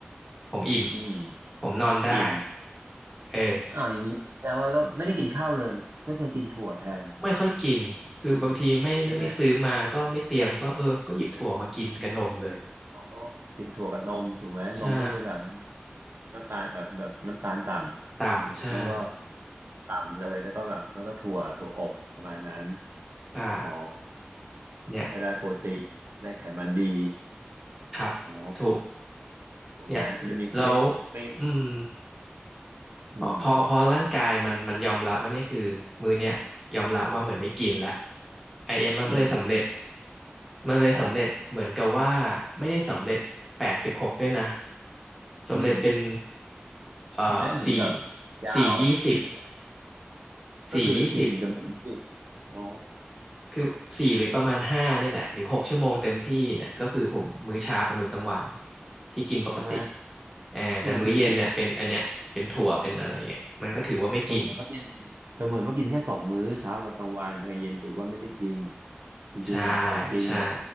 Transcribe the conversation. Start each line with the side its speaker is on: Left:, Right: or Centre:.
Centre: ผมอิ่ม
Right: อืม
Centre: ผมนอนได้
Right: อิ่ม
Centre: เออ
Right: อ้าวอย่างนี้แสดงว่าก็ไม่ได้กินข้าวเลยก็คือกินถั่วแทน
Centre: ไม่ค่อยกิน คือบางทีไม่ไม่ได้ซื้อมาก็ไม่เตรียมก็เออก็หยิบถั่วมากินกับนมเลย
Right: ใช่ไหมอ๋อกินถั่วกับนมถูกไหมนมก็คือแบบ
Centre: ใช่
Right: น้ำตาลแบบแบบน้ำตาลต่
Centre: ต่ำใช่
Right: ำแล้วก็ต่ำเลยแล้วก็แบบแล้วก็ถั่วถั่วอบประมาณนั้น
Centre: ใช่
Right: อ๋อ
Centre: เนี่ย
Right: ไม่ได้โปรตีนได้ไขมันดี
Centre: ครับถูก
Right: อ๋อถูกไหมไม่มีไม่ไม่
Centre: เนี่ยแล้วอืม
Right: อืม
Centre: พอพอพอร่างกายมันมันยอมรับว่าเนี่ยคือมื้อเนี้ยยอมรับว่าเหมือนไม่กินละไอเอ็มมันก็เลยสำเร็จ
Right: อืม
Centre: มันเลยสำเร็จเหมือนกับว่า
Right: อ๋อ
Centre: ไม่ได้สำเร็จแปดสิบหกด้วยนะ สำเร็จเป็น
Right: อืม
Centre: เอ่อสี่
Right: ได้เหมือนกับยาวขึ้นเลย
Centre: สี่ยี่สิบ
Right: ก็คือกินเหมือนกับไม่ได้กิน
Centre: สี่ยี่สิบ
Right: อ๋อ
Centre: คือสี่หรือประมาณห้าเนี่ยแหละหรือหกชั่วโมงเต็มที่เนี่ยก็คือผมมื้อเช้ากับมื้อกลางวันที่กินปกติ
Right: ใช่ไหม
Centre: เออแต่มื้อเย็นเนี่ยเป็นอันเนี้ยเป็นถั่วเป็นอะไรเงี้ยมันก็ถือว่าไม่กิน
Right: ก็เหมือนกินกินสองมื้อเสมือนว่ากินเสมือนว่ากินแค่สองมื้อเช้ากับกลางวันแต่กลางเย็นถือว่าไม่ได้กินจริงๆอ่ะแอบกินแต่
Centre: ใช่ใช่